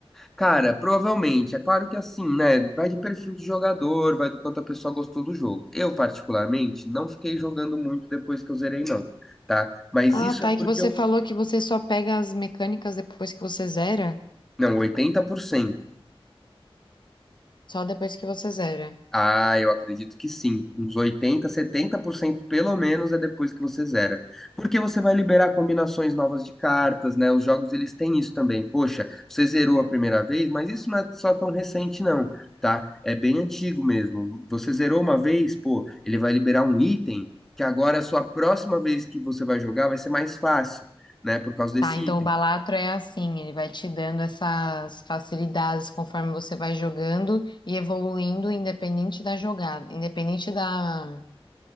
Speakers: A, in the centre; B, on the left (about 50°).
A: Cara, provavelmente. É claro que assim, né? Vai de perfil de jogador, vai do quanto a pessoa gostou do jogo. Eu, particularmente, não fiquei jogando muito depois que eu zerei, não, tá? Mas
B: Ah,
A: isso
B: tá,
A: é
B: e
A: porque
B: que você
A: eu.
B: falou que você só pega as mecânicas depois que você zera?
A: Não, 80%.
B: Só depois que você zera.
A: Ah, eu acredito que sim. Uns oitenta, setenta por cento pelo menos é depois que você zera. Porque você vai liberar combinações novas de cartas, né? Os jogos eles têm isso também. Poxa, você zerou a primeira vez, mas isso não é só tão recente não, tá? É bem antigo mesmo. Você zerou uma vez, pô, ele vai liberar um item que agora a sua próxima vez que você vai jogar vai ser mais fácil, né? Por causa desse
B: Tá, então
A: item.
B: o Balatro é assim, ele vai te dando essas facilidades conforme você vai jogando e evoluindo independente da jogada, independente da,